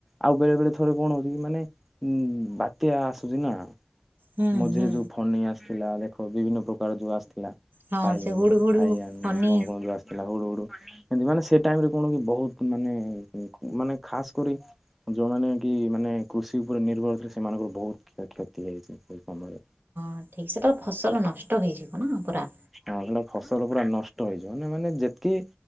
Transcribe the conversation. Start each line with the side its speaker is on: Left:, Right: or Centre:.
Centre: ଆଉ ବେଳେ ବେଳେ ଥରେ କଣ ହଉଛି କି ମାନେ ଉ ବାତ୍ୟା ଆସୁଛି ନା।
Right: ହୁଁ
Centre: ମଝିରେ
Right: ହୁଁ
Centre: ଯୋଉ ଫନି ଆସିଥିଲା ଦେଖ ବିଭିନ୍ନ ପ୍ରକାର ଯୋଉ ଆସିଥିଲା।
Right: ହଁ
Centre: ଫାଇ
Right: ସେ ହୁଡ଼ୁ ହୁଡ଼ୁ
Centre: ଫାଇ ଆନ
Right: ଫନି
Centre: କଣ କଣ ଥିଲା ହୁଡୁ ହୁଡୁ ଏମତି ମାନେ ସେ ଟାଇମ ରେ କଣ କି ବହୁତ ମାନେ ମାନେ ଖାସ କରି ଯେଉଁମାନେ କି ମାନେ କୃଷି ଉପରେ ନିର୍ଭର ଥିଲେ ସେମାନଙ୍କର ବହୁତ କ୍ଷୟ କ୍ଷତି ହେଇଛି। ସେ ସମରେ।
Right: ହ ଠିକ୍ ସେ ତ ଫସଲ ନଷ୍ଟ ହେଇଯିବ ନା ପୁରା।
Centre: ହଁ ସେଇଟା ଫସଲ ପୁରା ନଷ୍ଟ ହେଇଯିବ ନା ମାନେ ଯେତିକି